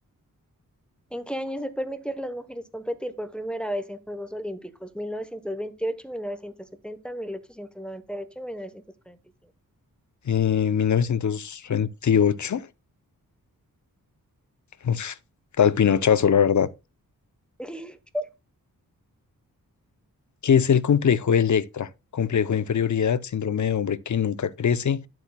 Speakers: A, in the centre; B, on the left (about 55°).
A: ¿en qué año se permitió a las mujeres competir por primera vez en Juegos Olímpicos? ¿1928, 1970, 1898, 1945?
B: en 1928, uf, tal pinochazo, la verdad,
A: <laughs>
B: qué es el complejo de Electra, complejo de inferioridad, síndrome de hombre que nunca crece,